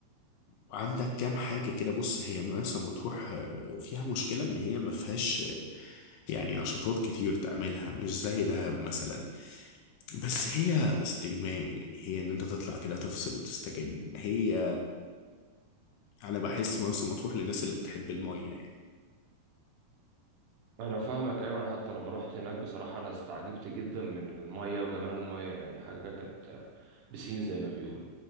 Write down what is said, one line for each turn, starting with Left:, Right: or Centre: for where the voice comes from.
Left: وعندك كام حاجة كده بص هي مرسى مطروح آه، فيها مشكلة ان هي ما فيهاش آه، يعني نشاطات كتير تعملها مش زي دهب مثلا بس هي استجمام يعني هي ان انت تطلع كده تفصل وتستجم هي انا بحس مرسى مطروح للناس اللي بتحب المية يعني
Right: انا فاهمك ايوه انا حتى لما رحت هناك بصراحه انا استعجبت جدا من الميه وجمال الميه يعني حاجه كانت بسين زي ما بيقولوا